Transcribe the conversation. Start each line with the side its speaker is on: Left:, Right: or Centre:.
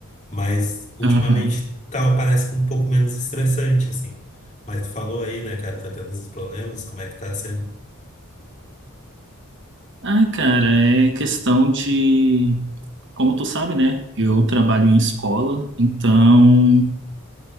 Left: Mas ultimamente
Right: Aham.
Left: tá, parece que um pouco menos estressante, assim. Mas tu falou aí, né, cara, tá tendo uns problemas, como é que tá sendo?
Right: Ah, cara, é questão de. Como tu sabe, né? Eu trabalho em escola, então